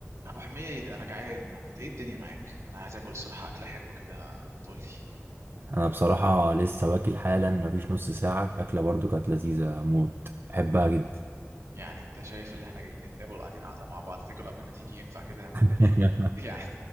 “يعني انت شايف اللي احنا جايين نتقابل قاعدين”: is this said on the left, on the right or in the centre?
Right